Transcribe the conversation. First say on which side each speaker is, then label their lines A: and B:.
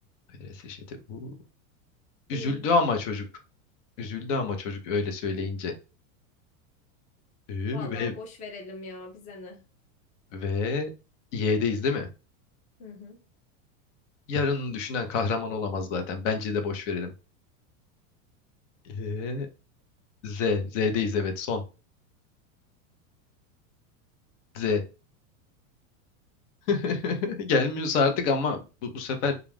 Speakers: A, on the left; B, on the left.
A: PRS, şey, T. Uu. Üzüldü
B: Ü.
A: ama çocuk. Üzüldü ama çocuk öyle söyleyince. Ee,
B: Vallahi
A: ve
B: boş verelim ya bize ne.
A: ve Y'deyiz değil mi?
B: Hı hı.
A: Yarını düşünen kahraman olamaz zaten. Bence de boş verelim. Ee, Z. Z'deyiz evet son. Z. <laughs> Gelmiyorsa artık ama bu, bu sefer